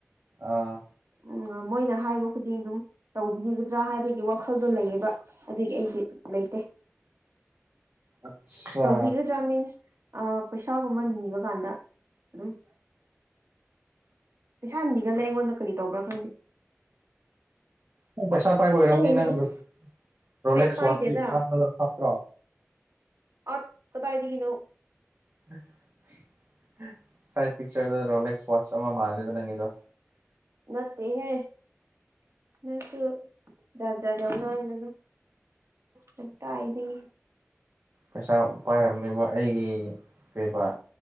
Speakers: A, on the right; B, on the right.
A: ꯑꯥ
B: ꯎꯝ ꯃꯣꯏꯅ ꯍꯥꯏꯕ ꯈꯨꯗꯤꯡ ꯑꯗꯨꯝ ꯇꯧꯕꯤꯒꯗ꯭ꯔꯥ ꯍꯥꯏꯕꯒꯤ ꯋꯥꯈꯜꯗꯣ ꯂꯩꯌꯦꯕ ꯑꯗꯨꯒꯤ ꯑꯩꯗꯤ ꯂꯩꯇꯦ
A: ꯑꯠꯆꯥ
B: ꯇꯧꯕꯤꯒꯗ꯭ꯔꯥ ꯃꯤꯟꯁ ꯄꯩꯁꯥꯒꯨꯝꯕ ꯅꯤꯕ ꯀꯥꯟꯗ ꯑꯗꯨꯝ ꯄꯩꯁꯥ ꯅꯤꯒꯜꯂꯦ ꯑꯩꯉꯣꯟꯗ ꯀꯔꯤ ꯇꯧꯕ꯭ꯔꯥ ꯈꯪꯗꯦ
A: ꯅꯪ ꯄꯩꯁꯥ ꯄꯥꯏꯕ ꯑꯣꯏꯔꯝꯅꯤ
B: ꯑꯩꯅꯁꯨ
A: ꯅꯪꯗꯨ
B: ꯑꯗꯨꯝ
A: ꯔꯣꯂꯦꯛꯁ
B: ꯑꯩ ꯄꯥꯏꯗꯦꯗ
A: ꯋꯥꯠꯁꯇꯤ ꯍꯥꯞꯄ ꯍꯥꯞꯇ꯭ꯔꯣ
B: ꯑꯠ ꯀꯗꯥꯏꯗꯒꯤꯅꯣ
A: <unintelligible> ꯁꯥꯢꯠ ꯄꯤꯛꯆꯔꯗꯣ ꯔꯣꯂꯦꯛꯁ ꯋꯥꯠꯁ ꯑꯃ ꯃꯥꯜꯂꯦꯗ ꯅꯪꯒꯤꯗꯣ
B: ꯅꯠꯇꯦꯍꯦ ꯅꯡꯁꯨ ꯖꯥꯠ ꯖꯥꯠ ꯌꯥꯝ ꯉꯥꯡꯒꯅꯨ ꯀꯗꯥꯏꯗꯒꯤ
A: ꯄꯩꯁꯥ ꯄꯥꯏꯔꯝꯅꯦꯕ ꯑꯩꯒꯤ ꯀꯩꯕ